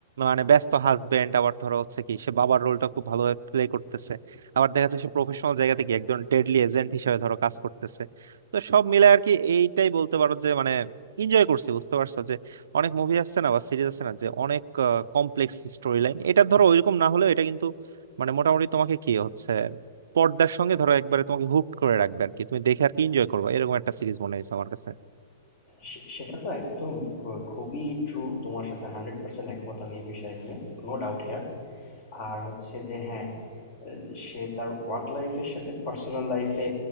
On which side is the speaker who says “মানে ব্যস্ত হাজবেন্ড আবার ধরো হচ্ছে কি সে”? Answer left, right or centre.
Right